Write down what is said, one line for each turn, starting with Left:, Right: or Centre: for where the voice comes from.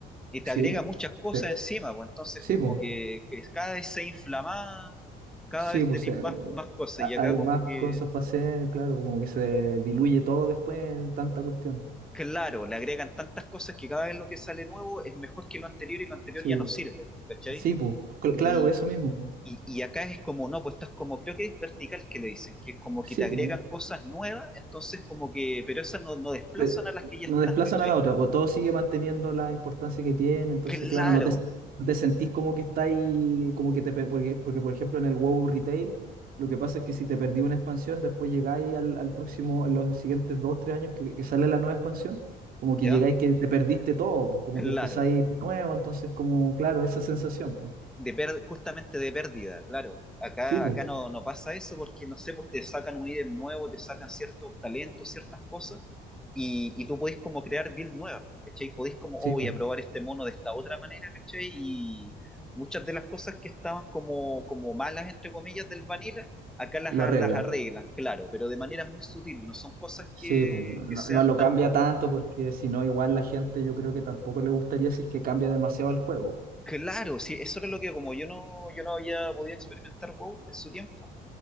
Centre: y te
Right: sí,
Centre: agrega muchas cosas
Right: te-
Centre: encima, pues entonces
Right: sí,
Centre: como
Right: pues.
Centre: que, que cada vez se inflama, cada
Right: Sí,
Centre: vez
Right: pues
Centre: tenéis
Right: eh,
Centre: más, más cosas
Right: ha-
Centre: y acá
Right: hay
Centre: como
Right: más
Centre: que,
Right: cosas para hacer, claro, como que se diluye todo después en tanta cuestión.
Centre: claro, le agregan tantas cosas que cada vez lo que sale nuevo es mejor que lo anterior y lo anterior
Right: Sí,
Centre: ya no sirve, ¿cachai?
Right: sí, pues, cl- claro,
Centre: Y,
Right: pues, eso mismo. pues.
Centre: y, y acá es como, no, pues esto es como, creo que es vertical que le dicen, que es como
Right: Sí,
Centre: que te agregan
Right: pues.
Centre: cosas nuevas, entonces como que, pero esas no, no desplazan
Right: Pero
Centre: a las que ya
Right: no
Centre: están,
Right: desplazan
Centre: ¿cachai?
Right: a la otra, pues todo sigue manteniendo la importancia que tiene, entonces
Centre: Claro,
Right: claro, no te, no te sentís como que está ahí, como que te, pe- porque, porque por ejemplo en el WoW Retail, lo que pasa es que si te perdí una expansión, después llegáis al, al próximo, en los siguientes dos, tres años que, que sale la nueva expansión, como
Centre: ¿ya?
Right: que llegáis que te perdiste todo, pues, como
Centre: Claro.
Right: que empezáis de nuevo, entonces como, claro, esa sensación, pues.
Centre: de per- justamente de pérdida, claro. Acá,
Right: Sí, pues,
Centre: acá no, no pasa eso porque, no sé, pues te sacan un ítem nuevo, te sacan ciertos talentos, ciertas cosas, y, y tú podés como crear builds nuevas, pues, ¿cachai? Podés como,
Right: sí,
Centre: oh, voy
Right: pues,
Centre: a probar este mono de esta otra manera, ¿cachai? Y muchas de las cosas que estaban como, como malas, entre comillas, del vanilla, acá las,
Right: lo
Centre: a-
Right: arregla.
Centre: las arreglan, claro, pero de maneras muy sutiles, no son cosas que,
Right: Sí, pues, no, no-
Centre: que sean
Right: no lo
Centre: tan
Right: cambia
Centre: como...
Right: tanto porque si no, igual la gente yo creo que tampoco le gustaría si es que cambia demasiado el juego.
Centre: Claro, sí, eso era lo que como yo no, yo no había podido experimentar WoW en su tiempo